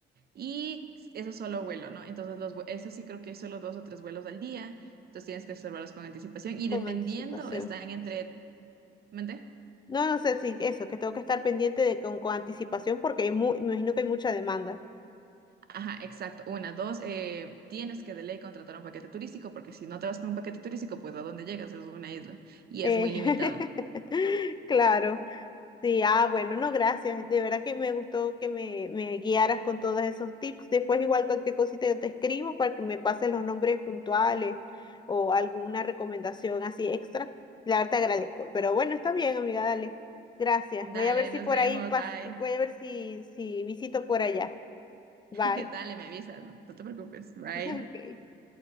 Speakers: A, on the right (about 50°); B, on the left (about 20°).
A: Y eso es solo vuelo, ¿no? Entonces, los, vue- eso sí creo que hay solo dos o tres vuelos al día. Entonces tienes que reservarlos con anticipación. Y
B: con
A: dependiendo,
B: anticipación.
A: están entre... ¿Mente?
B: No, no sé si eso, que tengo que estar pendiente de con, con anticipación porque hay mu- me imagino que hay mucha demanda.
A: Ajá, exacto. Una, dos, eh, tienes que de ley contratar un paquete turístico porque si no te vas con un paquete turístico, pues ¿a dónde llegas? Es una isla y
B: Eh,
A: es muy limitada.
B: <laughs> claro. Sí, ah, bueno, no, gracias. De verdad que me gustó que me, me guiaras con todos esos tips. Después igual cualquier cosita yo te escribo para que me pases los nombres puntuales o alguna recomendación así extra. La verdad te agradezco. Pero bueno, está bien, amiga, dale. Gracias.
A: Dale,
B: Voy a ver si
A: nos
B: por
A: vemos,
B: ahí pas-
A: bye.
B: voy a ver si, si visito por allá.
A: <laughs>
B: Bye.
A: Dale, me avisas, no te preocupes, bye.
B: <laughs> Ok.